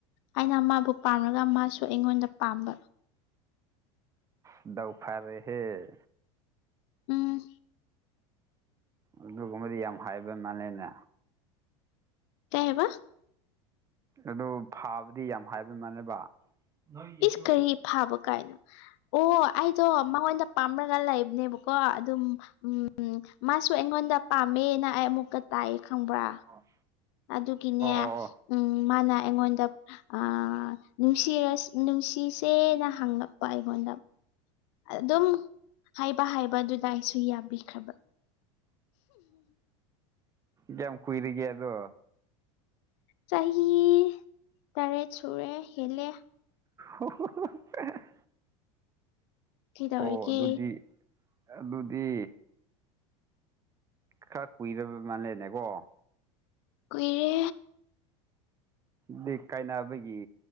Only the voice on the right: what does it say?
ꯗꯥꯎ ꯐꯥꯔꯦꯍꯦ
ꯑꯗꯨꯒꯨꯝꯕꯗꯤ ꯌꯥꯝ ꯍꯥꯏꯕ ꯃꯥꯜꯂꯦꯅꯦ
ꯑꯗꯨ ꯐꯥꯕꯗꯤ ꯌꯥꯝ ꯍꯥꯏꯕ ꯃꯥꯜꯂꯦꯕ ꯅꯣꯢꯒꯤꯁꯨ
ꯑꯣ
ꯑꯣ
ꯀꯌꯥꯝ ꯀꯨꯏꯔꯒꯦ ꯑꯗꯣ
ꯍꯣꯍꯣ ꯍꯣ ꯍꯣ ꯍꯦ ꯍꯦ
ꯑꯣ ꯑꯗꯨꯗꯤ ꯑꯗꯨꯗꯤ ꯈꯔ ꯀꯨꯏꯔꯕ ꯃꯥꯜꯂꯦꯅꯦꯀꯣ
ꯗꯤ ꯀꯥꯏꯅꯕꯒꯤ